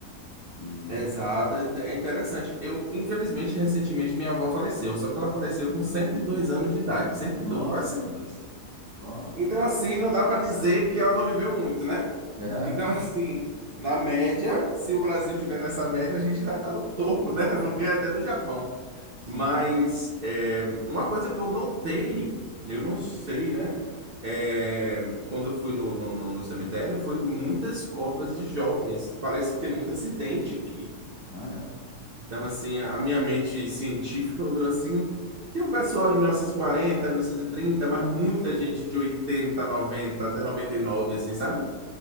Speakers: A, on the left (about 25°); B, on the right (about 85°).
A: E
B: Exato, é é interessante. Eu, infelizmente, recentemente minha avó faleceu, só que ela faleceu
A: ah,
B: com 102 anos de idade, cento
A: nossa,
B: e dois, quase cento e dois.
A: pá,
B: Então, assim, não dá para dizer que ela não viveu muito, né?
A: é,
B: Então, assim, na média, se o Brasil tiver nessa média, a gente vai estar no topo, né? <laughs> Eu ganho até do Japão.
A: sim,
B: Mas é, uma coisa que eu notei, eu não sei, né? É, quando eu fui no, no no- no cemitério, foi muitas covas de jovens. Parece que tem muito acidente aqui.
A: ah é,
B: Então, assim, a minha mente científica olhou assim. Tem um pessoal de 1940, 1930, mas muita gente de 80, 90, até 99, assim, sabe?